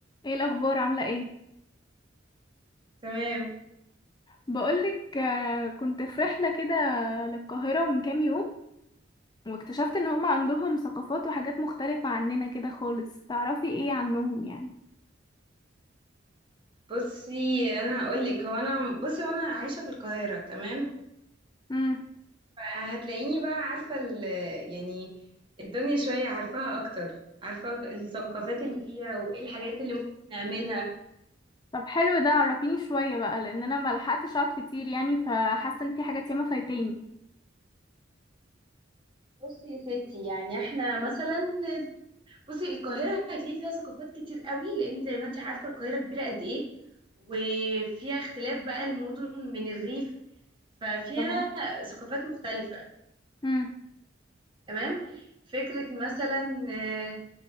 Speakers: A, on the left (about 25°); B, on the right (about 25°).
A: ايه الاخبار عامله ايه
B: تمام
A: بقولك آه، كنت في رحله كده للقاهره من كام يوم واكتشفت ان هم عندهم ثقافات وحاجات مختلفه عننا كده خالص تعرفي ايه عنهم يعني
B: بصي انا اقول لك هو انا بصي وانا عايشه في القاهره تمام
A: امم
B: فهتلاقيني بقى عارفه ال- يعني الدنيا شويه عارفاها اكتر عارفه الثقافات اللي فيها وايه الحاجات اللي ممكن نعملها
A: طب حلو ده عرفيني شويه بقى لان انا ما لحقتش اقعد كتير يعني فحاسه ان في حاجات ياما فايتاني
B: بصي يا ستي يعني احنا مثلا بصي القاهره هتلاقي فيها ثقافات كتير قوي لان زي ما انت عارفه القاهره كبيره قد ايه وفيها اختلاف بقى المدن من الريف ففيها
A: طبعا
B: ثقافات مختلفه
A: امم
B: تمام فكرة مثلا آه،